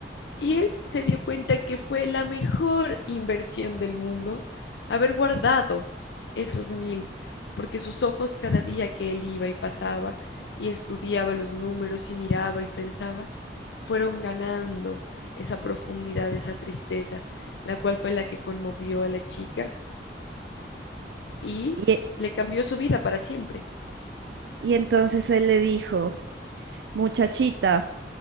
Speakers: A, on the left; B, on the right.
A: y él se dio cuenta que fue la mejor inversión del mundo haber guardado esos mil, porque sus ojos cada día que él iba y pasaba y estudiaba los números y miraba y pensaba, fueron ganando esa profundidad, esa tristeza, la cual fue la que conmovió a la chica y
B: Y,
A: le cambió su vida para siempre.
B: y entonces él le dijo, muchachita,